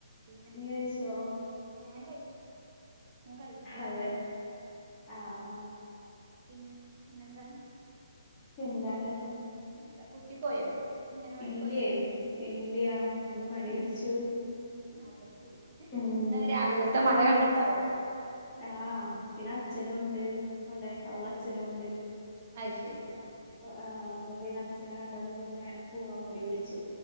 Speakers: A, on the right (about 40°); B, on the left (about 20°).
A: പിന്നെ
B: നീ കഴിച്ചോ
A: ഞാൻ കഴിച്ചു ഞാൻ കഴിച്ചു.
B: അതെ ആ ആ
A: പിന്നെ പിന്നെന്താ
B: എന്താണ്
A: എന്താണ്‌ എന്താ കുട്ടി പോയോ? അങ്ങനവാടി
B: ഇല്ലേ
A: പോയോ
B: ഇല്ല്യാ ന്ന് മടി
A: എന്ത്
B: പിടിച്ചൂ..
A: അതെ
B: ഉം
A: ഇന്ന് രാവിലത്തെ മഴ കണ്ടിട്ടാവും.
B: ആഹ് പിന്നെ അച്ഛനും ഉണ്ട് വടെ അവളച്ഛനുംണ്ട്.
A: അയി ശരി ഓ..
B: ആഹ് അപ്പൊ പിന്നെ അച്ഛനെ കണ്ടപ്പോ പിന്നെ, പോവാൻ മടി
A: ഉം
B: പിടിച്ചു